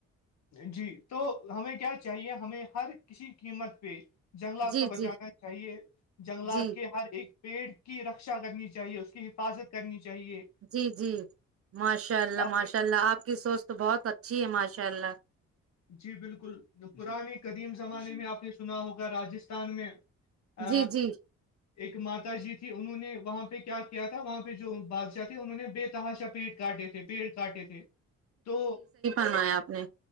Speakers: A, on the left; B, on the right.
A: جی تو ہمیں کیا چاہیے ہمیں ہر کسی قیمت پہ جنگلات
B: جی
A: کو بچانا
B: جی
A: چاہیے جنگلات
B: جی
A: کے ہر ایک پیٹ کی رکشا کرنی چاہیے اس کی حفاظت کرنی چاہیے
B: جی جی ماشاء اللہ
A: آپ
B: ماشاء
A: نے
B: اللہ آپ کی سوچ تو بہت اچھی ہے ماشاء اللہ
A: جی بالکل پرانے قدیم زمانے میں آپ نے سنا ہوگا راجستھان میں ہ
B: جی جی
A: ایک ماتا جی تھی انہوں نے وہاں پہ کیا کیا تھا وہاں پہ جو بادشاہ تھے انہوں نے بے تہا چپیٹ کاٹے تھے پیڑ کاٹے تھے تو
B: بناایا آپ نے